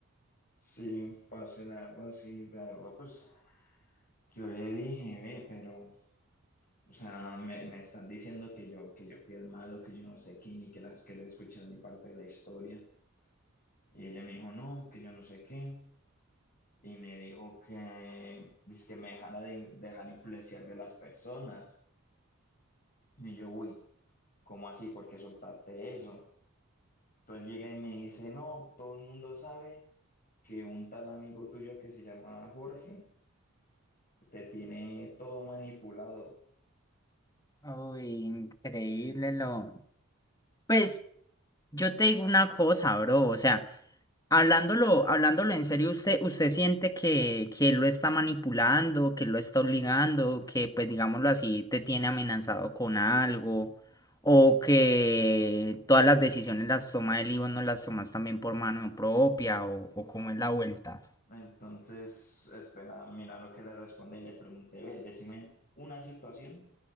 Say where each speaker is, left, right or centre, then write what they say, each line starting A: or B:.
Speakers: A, on the left; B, on the left.
A: Sí, pasé la verdad, sí, la verdad, pues yo le dije, ve, pero, o sea, me, me estás diciendo que yo, que yo fui el malo, que yo no sé qué, ni que las quería escuchar mi parte de la historia. Y ella me dijo, no, que yo no sé qué. Y me dijo que, dice que me dejara de dejar influenciar de las personas. Y yo, uy. ¿Cómo así? ¿Por qué soltaste eso? Entonces llega y me dice, no, todo el mundo sabe que un tal amigo tuyo que se llama Jorge te tiene todo manipulado.
B: Uy, increíble
A: En-
B: lo... Pues yo te digo una cosa, bro, o sea... Hablándolo, hablándolo en serio, ¿usted, usted siente que, que él lo está manipulando, que lo está obligando, que pues digámoslo así, te tiene amenazado con algo, o que todas las decisiones las toma él y vos no las tomas también por mano propia, o, o cómo es la vuelta?
A: entonces, espera, mira lo que le responde y le pregunté, ve, decime una situación